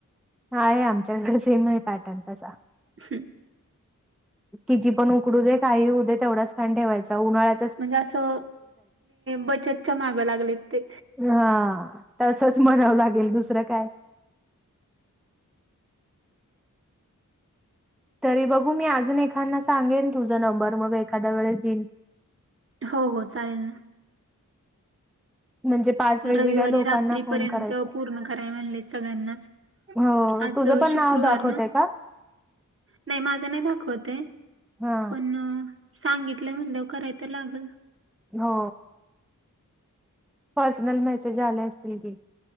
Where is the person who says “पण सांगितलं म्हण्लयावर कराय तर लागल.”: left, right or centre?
Right